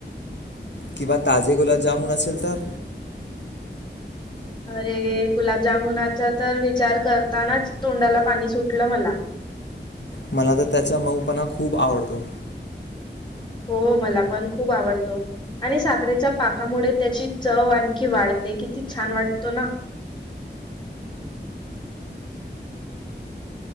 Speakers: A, on the left; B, on the left.
A: किंवा ताजे गुलाबजामुन असेल तर?
B: अरे गुलाबजामुनाचा तर विचार करतानाच तोंडाला पाणी सुटलं मला.
A: मला तर त्याचा मऊपणा खूप आवडतो.
B: हो, मला पण खूप आवडतो. आणि साखरेच्या पाकामुळे त्याची चव आणखी वाढते, किती छान वाटतो ना?